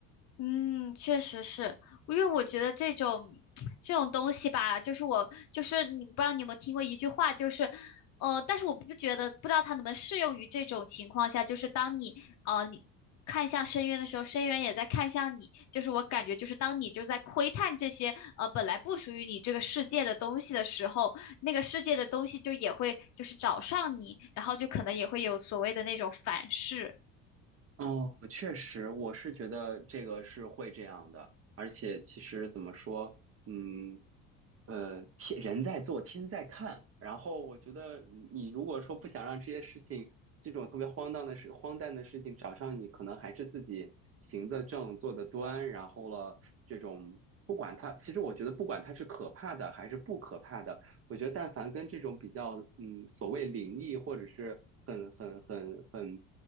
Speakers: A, on the left; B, on the right.
A: 嗯，确实是，因为我觉得这种 <tsk> 这种东西吧，就是我就是你不知道你有没有听过一句话，就是呃，但是我不觉得不知道它能不能适用于这种情况下，就是当你呃你看向深渊的时候，深渊也在看向你，就是我感觉就是当你就在窥探这些呃本来不属于你这个世界的东西的时候，那个世界的东西就也会就是找上你，然后就可能也会有所谓的那种反噬。
B: 嗯，确实，我是觉得这个是会这样的，而且其实怎么说，嗯，呃，天人在做，天在看。然后我觉得你如果说不想让这些事情，这种特别荒诞的事、荒诞的事情找上你，可能还是自己行得正、坐得端。然后了，这种不管它，其实我觉得不管它是可怕的还是不可怕的，我觉得但凡跟这种比较，嗯，所谓灵异或者是很很很很